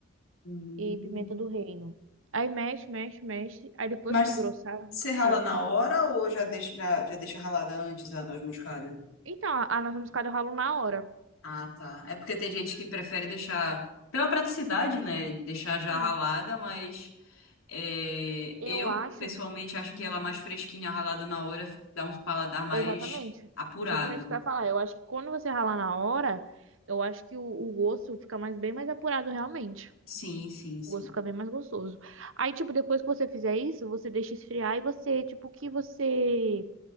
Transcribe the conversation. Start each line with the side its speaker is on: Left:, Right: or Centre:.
Left: Hum.
Right: e pimenta do reino. Aí mexe, mexe, mexe. Aí depois
Left: Mas
Right: que engrossar,
Left: você rala
Right: fica
Left: na
Right: no...
Left: hora ou já deixa, já, já deixa ralada antes a noz moscada?
Right: Então, a a noz moscada eu ralo na hora.
Left: Ah, tá. É porque tem gente que prefere deixar, pela praticidade, né? Deixar já
Right: Sim.
Left: ralada, mas é,
Right: Eu
Left: eu
Right: acho
Left: pessoalmente acho que ela mais fresquinha, ralada na hora, dá um paladar mais
Right: Exatamente.
Left: apurado.
Right: Exatamente o que eu ia falar. Eu acho que quando você ralar na hora, eu acho que o, o gosto fica mais bem mais apurado realmente.
Left: Sim, sim, sim.
Right: O gosto fica bem mais gostoso. Aí, tipo, depois que você fizer isso, você deixa esfriar e você, tipo, o que você